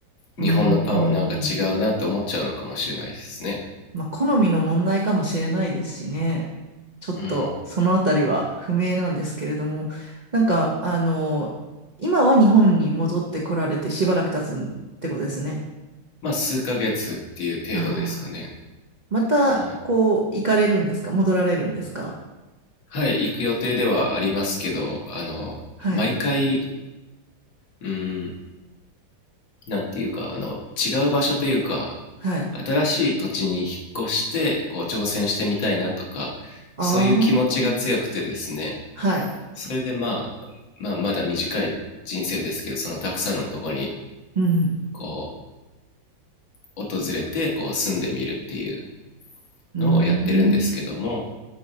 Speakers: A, on the right; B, on the left.
A: うん。
B: う、日本のパンはなんか違うなって思っちゃうのかもしれないですね。
A: うんまあ、好みの問題かもしれないですしね。ちょっと、
B: うん。
A: そのあたりは不明なんですけれども、なんか、あの、今は日本に戻ってこられてしばらく経つってことですね。
B: まあ、数ヶ月っていう程度ですかね。
A: ああ。また、
B: うん。
A: こう、行かれるんですか戻られるんですか
B: はい、行く予定ではありますけど、あの、
A: はい。
B: 毎回、うん、なんていうか、あの、違う場所というか、
A: はい。
B: 新しい土地に引っ越して、こう、挑戦してみたいなとか、
A: ああ。
B: そういう気持ちが強くてですね、
A: はい。
B: それでまあ、まあ、まだ短い人生ですけど、そのたくさんのとこに、
A: うん。
B: こう、訪れて、こう、住んでみるっていう、
A: うーん。
B: のをやってるんですけども、